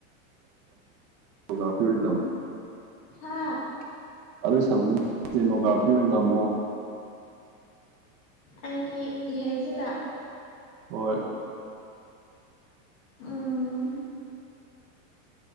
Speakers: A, on the right; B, on the left.
A: ꯅꯣꯒ꯭ꯔꯥꯐꯤ ꯑꯣꯢꯟ ꯇꯝꯃꯨ
B: ꯍꯥ
A: <unintelligible> ꯇꯦꯅꯣꯒ꯭ꯔꯥꯐꯤ ꯑꯣꯏꯟ ꯇꯝꯃꯣ
B: ꯑꯩꯒꯤ ꯏꯍꯩꯁꯤꯗ
A: ꯍꯣꯢ
B: ꯎꯝꯝ